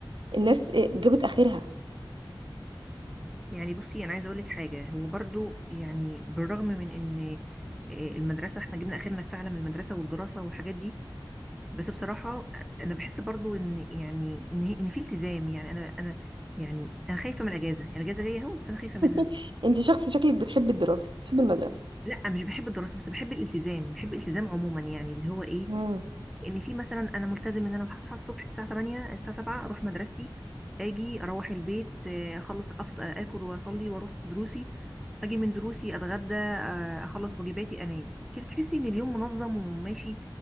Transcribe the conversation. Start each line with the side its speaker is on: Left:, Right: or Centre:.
Right: الناس إيه، جابت اخرها
Centre: يعني بصي انا عايزه اقول لك حاجه هو برضو يعني بالرغم من ان آه، المدرسه احنا جبنا اخرنا فعلا من المدرسه والدراسه والحاجات دي بس بصراحه انا بحس برضو ان يعني ان هي ان في التزام يعني انا انا يعني انا خايفه من الاجازه يعني الاجازه جايه اهو بس انا خايفه منها
Right: <laughs> انت شخص شكلك بتحب الدراسة بتحب المدرسة
Centre: لا مش بحب الدراسه بس بحب الالتزام بحب الالتزام عموما يعني اللي هو ايه
Right: مم.
Centre: ان في مثلا انا ملتزم ان انا هصحى الصبح الساعه 8 الساعه 7 اروح مدرستي اجي اروح البيت آه، اخلص أفط... آه، اكل واصلي واروح دروسي اجي من دروسي اتغدى آه، اخلص واجباتي انام كده تحسي ان اليوم منظم وماشي